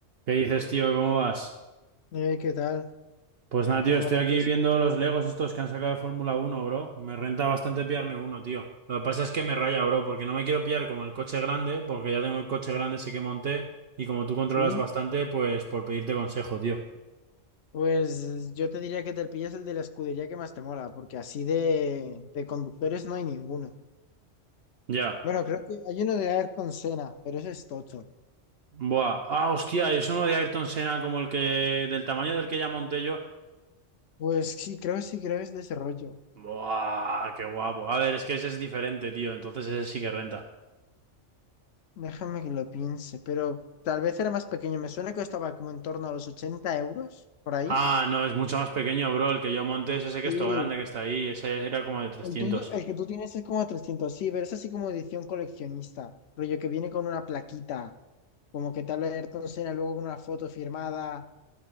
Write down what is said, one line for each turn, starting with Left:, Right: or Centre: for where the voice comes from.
Right: ¿Qué dices, tío? ¿Cómo vas?
Left: Eh, ¿qué tal?
Right: Pues nada,
Left: ¿Cómo
Right: tío, estoy
Left: va la
Right: aquí
Left: cosa?
Right: viendo los Legos estos que han sacado de Fórmula Uno, bro. Me renta bastante pillarme uno, tío. Lo que pasa es que me raya, bro, porque no me quiero pillar como el coche grande, porque ya tengo el coche grande ese que monté, y como tú controlas
Left: ¿Sí?
Right: bastante, pues por pedirte consejo, tío.
Left: Pues yo te diría que te pillas el de la escudería que más te mola, porque así de, de conductores no hay ninguno.
Right: Ya.
Left: Bueno, creo que hay uno de Ayrton Senna, pero ese es tocho.
Right: Buah. Ah, hostia, y es uno de Ayrton Senna como el que... del tamaño del que ya monté yo.
Left: Pues sí, creo que sí, creo que es de ese rollo.
Right: Buah, qué guapo. A ver, es que ese es diferente, tío, entonces ese sí que renta.
Left: Déjame que lo piense, pero tal vez era más pequeño. Me suena que estaba como en torno a los 80 euros, por ahí.
Right: Ah, no, es mucho más pequeño, bro. El que yo monté es ese que
Left: Sí,
Right: es todo grande que está ahí. Ese era como de trescientos.
Left: el tuyo, el que tú tienes es como 300, sí, pero es así como edición coleccionista, rollo que viene con una plaquita. como que tal vez Ayrton Senna luego con una foto firmada,